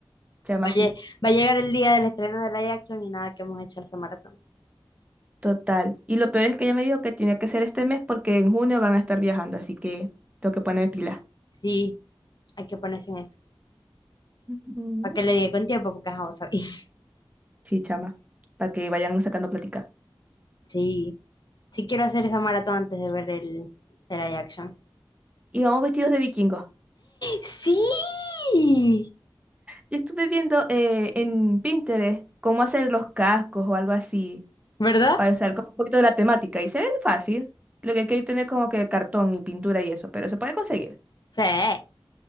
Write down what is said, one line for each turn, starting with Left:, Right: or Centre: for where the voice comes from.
Right: Se llama
Left: Va
Right: así.
Left: a, lle- va a llegar el día del estreno de live action y nada que hemos hecho esa maratón.
Right: Total. Y lo peor es que ella me dijo que tenía que ser este mes porque en junio van a estar viajando. Así que tengo que ponerme pilas.
Left: Sí, hay que ponerse en eso.
Right: Ujú.
Left: Para que le diga con tiempo, porque ajá, vos sabés. <laughs>
Right: Sí, chama. Para que vayan sacando plática.
Left: Sí, sí quiero hacer esa maratón antes de ver el, el live action.
Right: Y vamos vestidos de vikingos.
Left: ¡Sí!
Right: Yo estuve viendo eh, en Pinterest cómo hacer los cascos o algo así,
Left: ¿Verdad?
Right: para usar como un poquito de la temática. Y se ve fácil. Lo que hay que tener como que cartón y pintura y eso, pero se puede conseguir.
Left: Sí, hay